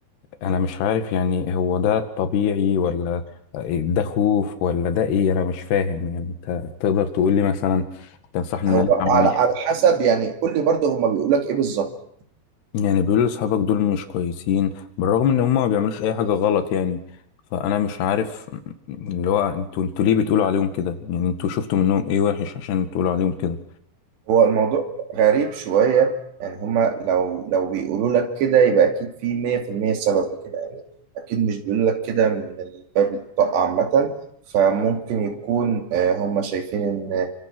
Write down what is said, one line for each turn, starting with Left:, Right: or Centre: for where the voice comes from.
Left: انا مش عارف يعني هو ده طبيعي ولا ده خوف ولا ده ايه انا مش فاهم يعني انت تقدر تقول لي مثلا تنصحني
Right: هو
Left: ان انا اعمل
Right: على على حسب يعني قول لي برضه هما بيقول لك ايه بالظبط
Left: يعني بيقول لأصحابك دول مش كويسين بالرغم ان هم ما بيعملوش اي حاجة غلط يعني فانا مش عارف اللي هو انتوا انتوا ليه بتقولوا عليهم كده يعني انتوا شفتوا منهم ايه وحش عشان تقولوا عليهم كده
Right: هو الموضوع غريب شوية يعني هما لو لو بيقولوا لك كده يبقى اكيد في 100% سبب لكده يعني اكيد مش بيقولوا لك كده من الباب الطاقة عامة فممكن يكون آه، هما شايفين ان